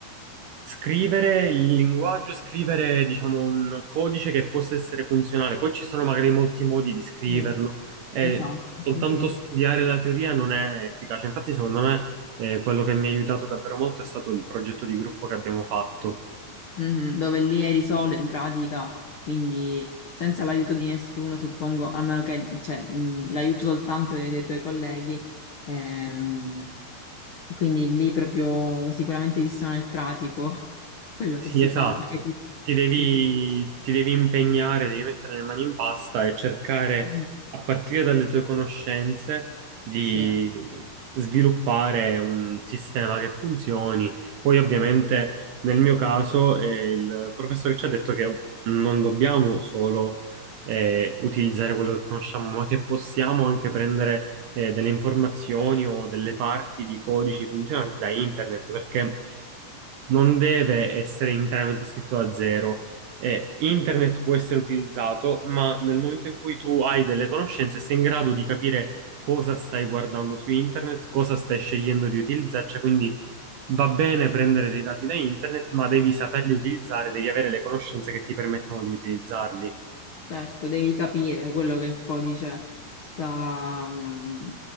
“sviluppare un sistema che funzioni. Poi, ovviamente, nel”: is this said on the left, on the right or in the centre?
Right